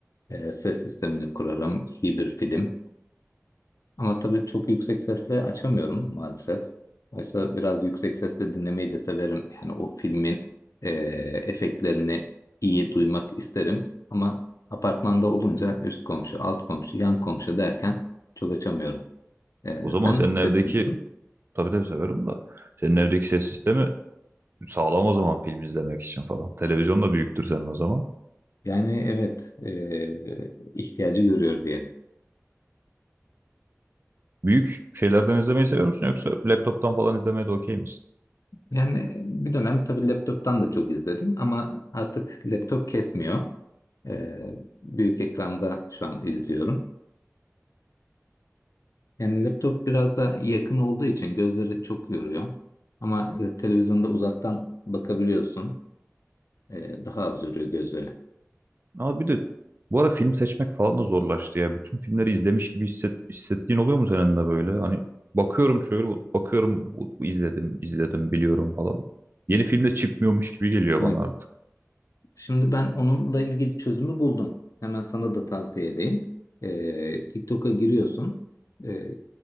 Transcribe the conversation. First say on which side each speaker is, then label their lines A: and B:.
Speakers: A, on the left (about 85°); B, on the right (about 45°).
A: Ee, ses sistemini kurarım, iyi bir film. Ama tabii çok yüksek sesle açamıyorum maalesef. Oysa biraz yüksek sesle dinlemeyi de severim. Yani o filmin ee, efektlerini iyi duymak isterim. Ama apartmanda olunca üst komşu, alt komşu, yan komşu derken çok açamıyorum. Ee,
B: O zaman
A: sen
B: senin evdeki
A: seviyorsun.
B: tabii tabii severim da senin evdeki ses sistemi sağlam o zaman film izlemek için falan. Televizyon da büyüktür senin o zaman.
A: Yani evet e, ihtiyacı görüyor diyelim.
B: Büyük şeylerden izlemeyi seviyor musun yoksa laptoptan falan izlemeye de okey misin?
A: Yani bir dönem tabii laptop'tan da çok izledim ama artık laptop kesmiyor. Ee, büyük ekranda şu an izliyorum. Yani laptop biraz da yakın olduğu için gözleri çok yoruyor. Ama e, televizyonda uzaktan bakabiliyorsun. Ee, daha az yoruyor gözleri.
B: Ama bir de bu ara film seçmek falan da zorlaştı ya. Bütün filmleri izlemiş gibi hisset, hissettiğin oluyor mu senin de böyle? Hani bakıyorum şöyle bakıyorum bu- bu izledim izledim biliyorum falan. Yeni film de çıkmıyormuş gibi geliyor
A: Evet.
B: bana artık.
A: Şimdi ben onunla ilgili çözümü buldum. Hemen sana da tavsiye edeyim. Ee, TikTok'a giriyorsun. Ee,